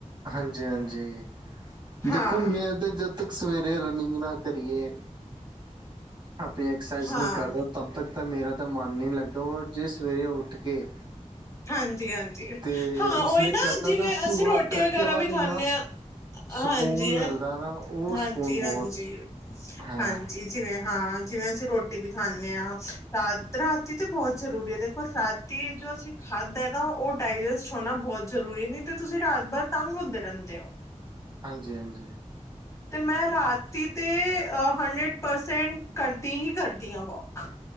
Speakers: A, on the right (about 40°); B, on the left (about 25°).
A: ਹਾਂਜੀ-ਹਾਂਜੀ
B: ਹਾਂ,
A: ਦੇਖੋ ਮੈਂ ਤੇ ਜਦ ਤੱਕ ਸਵੇਰੇ ਰਨਿੰਗ ਨਾ ਕਰੀਏ ਆਪਣੀ ਐਕਸਰਸਾਈਜ਼
B: ਹਾਂ,
A: ਨਹੀਂ ਕਰਦਾ ਤਬ ਤੱਕ ਤਾਂ ਮੇਰਾ ਤਾਂ ਮਨ ਨੀ ਲੱਗਦਾ। ਔਰ ਜੇ ਸਵੇਰੇ ਉੱਠ ਕੇ
B: ਹਾਂਜੀ -ਹਾਂਜੀ!
A: ਤੇ
B: ਹਾਂ ਉਹੀ
A: ਉਸਨੇ
B: ਨਾ
A: ਕਰਦਾ
B: ਜਿਵੇਂ
A: ਤਾਂ ਉਸ ਤੋਂ
B: ਅਸੀਂ
A: ਬਾਅਦ
B: ਰੋਟੀ
A: ਕਰਕੇ
B: ਵਗੈਰਾ ਵੀ
A: ਬਾਅਦ
B: ਖਾਂਨੇ
A: ਇੰਨਾ
B: ਆਂ।
A: ਸ-
B: ਹਾਂਜੀ-
A: ਸਕੂਨ ਮਿਲਦਾ ਨਾ ਉਹ
B: ਹਾਂਜੀ,
A: ਸਕੂਨ ਬਹੁਤ
B: ਹਾਂਜੀ-
A: ਹੈ
B: ਹਾਂਜੀ। ਜਿਵੇਂ ਹਾਂ ਜਿਵੇਂ ਅਸੀਂ ਰੋਟੀ ਵੀ ਖਾਂਨੇ ਹਾਂ ਰਾਤ ਰਾਤੀ ਤੇ ਬੋਤ ਜ਼ਰੂਰੀ ਏ ਦੇਖੋ ਰਾ ਤੀ ਜੋ ਅਸੀਂ ਖਾਦੈ ਨਾ ਉਹ ਡਾਇਜਸਟ ਹੋਣਾ ਬੋਤ ਜ਼ਰੂਰੀ ਏ ਨਈ ਤੇ ਤੁਸੀਂ ਰਾਤ ਭਰ ਤੰਗ ਹੁੰਦੇ ਰਹਿੰਦੇ ਓ।
A: ਹਾਂਜੀ-ਹਾਂਜੀ।
B: ਤੇ ਮੈਂ ਰਾਤੀ ਤੇ ਹੰਡਰਡ ਪਰਸੈਂਟ ਕਰਦੀ ਹੀ ਕਰਦੀ ਆਂ ਵੋਕ